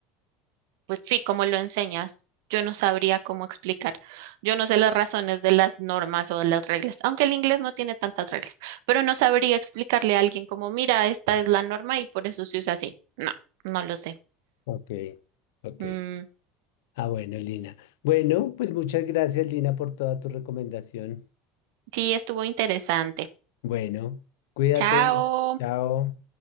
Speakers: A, on the right (about 70°); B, on the left (about 75°).
A: Pues sí, como lo enseñas, yo no sabría cómo explicar. Yo no sé las razones de las normas o de las reglas, aunque el inglés no tiene tantas reglas, pero no sabría explicarle a alguien como, mira, esta es la norma y por eso se usa así. No, no lo sé.
B: ok, ok.
A: Mm,
B: Ah, bueno, Lina. Bueno, pues muchas gracias, Lina, por toda tu recomendación.
A: sí, estuvo interesante.
B: Bueno, cuídate.
A: Chao.
B: Chao.